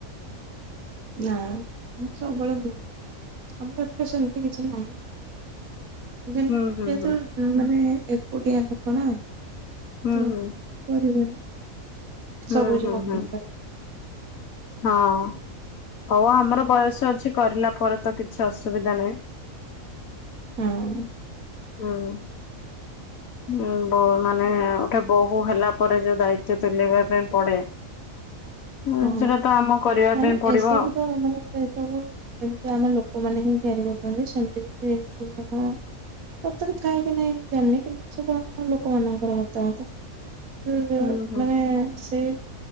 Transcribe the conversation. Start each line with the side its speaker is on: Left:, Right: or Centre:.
Right: ନା ମୁ ସବୁବେଳେ ମୁ ଆମର ଏପଟେ ସେମତି କିଛି ନାହିଁ ନାଇ। <unintelligible>
Left: ହୁଁ ହୁଁ ହୁଁ
Right: ମାନେ ଏକୁଟିଆ ଲୋକ ନା ତ
Left: ହୁଁ
Right: କରିବନି
Left: ହୁଁ। ହୁଁ
Right: ସବୁଜ
Left: ହୁଁ
Right: ମତେ
Left: ହୁଁ
Right: ହିଁ କହିଲ
Left: ହଁ ହଉ ଆମର ବୟସ ଅଛି କରିଲା ପରେ ତ କିଛି ଅସୁବିଧା ନାହିଁ।
Right: ହଁ।
Left: ହୁଁ। ଉଁ ବ ମାନେ ଗୋଟେ ବୋହୁ ହେଲା ପରେ ଯୋଉ ଦାୟିତ୍ଵ ତୁଲେଇବା ପାଇଁ ପଡେ
Right: <inaudible>
Left: ହୁଁ
Right: ହଁ
Left: ସେଟା ତ ଆମ କରିବା
Right: ମାନେ
Left: ପାଇଁ ପଡିବ
Right: ଏସବୁ
Left: ଆଉ।
Right: ତ ମାନେ ସେ ସବୁ ଯେମତି ଆମ ଲୋକମାନେ ହିଁ ତିଆରି କରୁଛନ୍ତି ସେମିତି କିଛି <unintelligible> ସତରେ ଥାଏ କି ନାଇଁ ମୁଁ ଜାନନି କିନ୍ତୁ ଏ ସବୁ ଆମ ଲୋକମାନଙ୍କର ମତାମତ। <unintelligible>
Left: ହୁଁ ହୁଁ
Right: ମାନେ ସେ